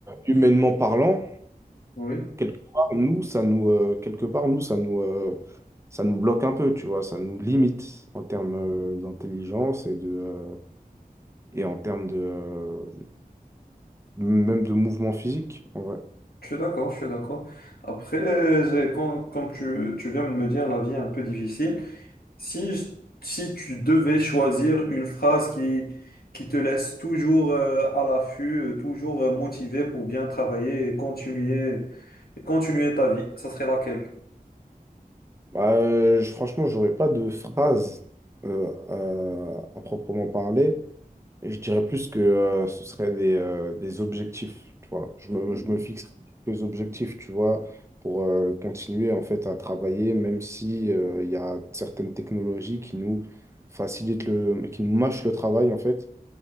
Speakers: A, on the right; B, on the left.
A: humainement parlant,
B: Oui,
A: quelque part, nous, ça nous, euh, quelque part, nous, ça nous, euh, ça nous bloque un peu, tu vois. Ça nous limite en termes euh, d'intelligence et de, euh, et en termes de, euh, même de mouvement physique, en vrai.
B: je suis d'accord, je suis d'accord. Après, euh, j'ai- quand, comme tu, tu viens de me dire, la vie est un peu difficile. Si, je- si tu devais choisir une phrase qui, qui te laisse toujours euh, à l'affût, euh, toujours euh, motivé pour bien travailler et continuer, et continuer ta vie, ça serait laquelle?
A: Bah, euh, je- franchement, j'aurais pas de phrase euh, à, à proprement parler. Et je dirais plus que euh, ce serait des, euh, des objectifs, tu vois. Je me,
B: Mhm,
A: je me fixe quelques objectifs, tu vois, pour euh, continuer en fait à travailler, même si euh, il y a certaines technologies qui nous facilitent le, qui nous mâchent le travail en fait.